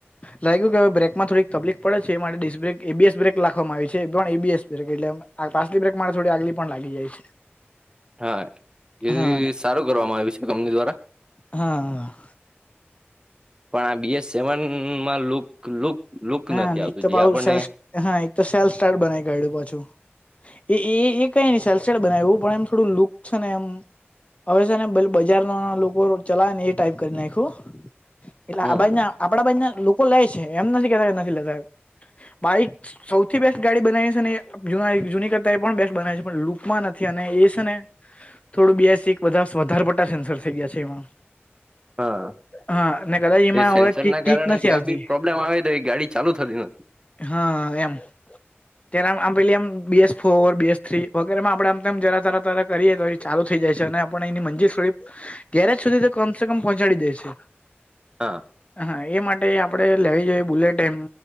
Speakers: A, on the left; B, on the right.
A: લાયગુ કે અવે બ્રેકમાં થોડીક તપલિક પડે છે એ માટે ડિસ બ્રેક એબીએસ બ્રેક લાખવામાં આવી છે. પણ એબીએસ બ્રેક એટલે એમ પાસલી બ્રેક મારે થોડી આગલી પણ લાગી જાય છે.
B: હા એ
A: હા
B: સારું કરવામાં આવ્યું છે કંપની દ્વારા
A: હા
B: પણ આ બી એસ સેવનમાં લુંક લુક લુક
A: હા
B: નથી આવતું
A: એક તો
B: જે
A: પાહુ
B: આપણને
A: સેલ્ફ હા એતો સેલ સ્ટાર્ટ બનાવી કાયઢું પાછું એ એ એ કઈની સેલસેટ બનાયવું પણ એમ થોડું લુક છે ને એમ અવે સે ને બેલ બજાર માના લોકો રો ચલાવે ને એ ટાઈપ કરી નાયખું એટલે
B: હમ
A: આ બાાજના આપડા બાજના લોકો લેય છે એમ નથી કેતા કે નથી લેતા એમ બાઈકસ સૌથી બેસ્ટ ગાડી બનાયી હસે ને એ જૂના જૂની કરતાય પણ બેસ્ટ બનાયી છે પણ લુકમાં નથી અને એ સે ને થોડું બેસીક બધાસ વધારે પડતા સેન્સર થઈ ગયા છે એમાં
B: હા
A: હા અને કદાચ એમાં
B: એ સેન્સર
A: હવે કીક
B: ના
A: કીક
B: કારણે
A: નથી
B: કાઈ
A: આવતી
B: બી પ્રોબ્લેમ આવે તો એ ગાડી ચાલુ થતી નથી.
A: હા એમ ત્યારે આમ આમ પેલી આમ B S four BS three વગેરેમાં આપડે આમ તેમ જરા તરા તરા કરીએ તો એ ચાલુ થઇ જાય છે અને આપણે એની મંજિર સોડીપ ગેરેજ સુધી તો કમ સે કમ પહોંચાડી દેય છે.
B: હા
A: હા એ માટે આપડે લેવી જોઈએ બુલેટ એ